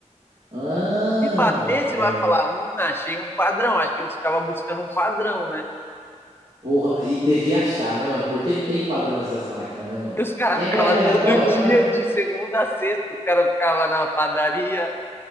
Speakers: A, on the right; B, on the left.
A: Ah,
B: Se bater,
A: é.
B: você vai falar, hum, achei um padrão. Acho que eles ficavam buscando um padrão, né?
A: Porra, e devia achar, né, mano? Porque tem padrão essas máquinas, né, mano?
B: E os caras
A: É
B: ficavam
A: meio aleatório,
B: todo <laughs> dia,
A: mas
B: de segunda a sexta, os caras ficavam na padaria